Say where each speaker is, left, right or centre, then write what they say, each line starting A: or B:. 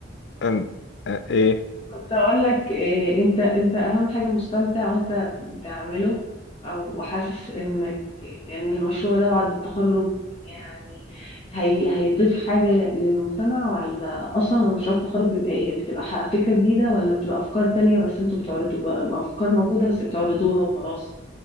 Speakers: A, on the left; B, on the left.
A: أم- آه، ايه
B: كنت اقول لك إيه انت انت اهم حاجه مستمتع وانت بتعمله او حاسس انك ان المشروع ده بعد التخرج يعني هي هيضيف حاجه للمجتمع ولا اصلا مشروع التخرج بيبقى ايه بتبقى ح- فكره جديده ولا بتبقى افكار تانية بس انتوا بتعرضوا افكار موجوده بس بتعرضوها وخلاص